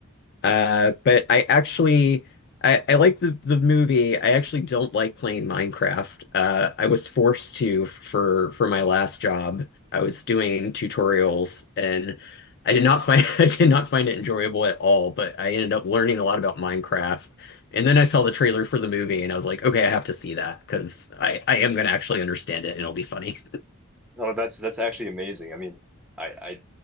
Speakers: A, on the left; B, in the centre.
A: uh, but I actually I, I like the, the movie. I actually don't like playing Minecraft. Uh, I was forced to for for my last job. I was doing tutorials
B: yeah.
A: and I did not find <laughs> I did not find it enjoyable at all, but I ended up learning a lot about Minecraft. And then I saw the trailer for the movie and I was like, okay, I have to see that because I, I am going to actually understand it and it'll be funny.
B: <laughs> Oh, that's that's actually amazing. I mean, I,